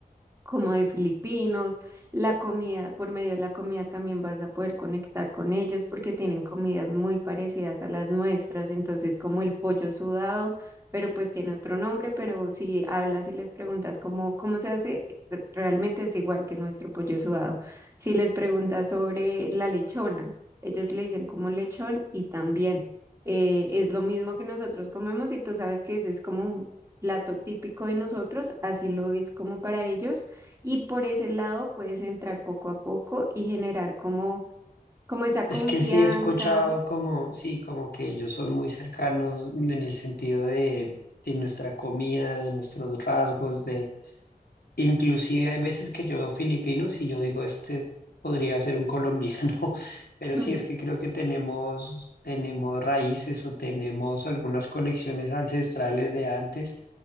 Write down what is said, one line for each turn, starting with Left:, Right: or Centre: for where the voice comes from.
Right: como de filipinos, la comida, por medio de la comida también vas a poder conectar con ellos porque tienen comidas muy parecidas a las nuestras, entonces como el pollo sudado, pero pues tiene otro nombre, pero si hablas y les preguntas cómo, cómo se hace, re- realmente es igual que nuestro pollo sudado. Si les preguntas sobre la lechona, ellos le dicen como lechón y también eh, es lo mismo que nosotros comemos y tú sabes que ese es como un plato típico de nosotros, así lo es como para ellos y por ese lado puedes entrar poco a poco y generar como, como esa
Left: Es
Right: confianza.
Left: que sí he escuchado como, sí, como que ellos son muy cercanos en el sentido de, de nuestra comida, de nuestros rasgos, de inclusive hay veces que yo veo filipinos y yo digo, este podría ser un colombiano, <laughs> pero
Right: <laughs>
Left: sí es que creo que tenemos, tenemos raíces o tenemos algunas conexiones ancestrales de antes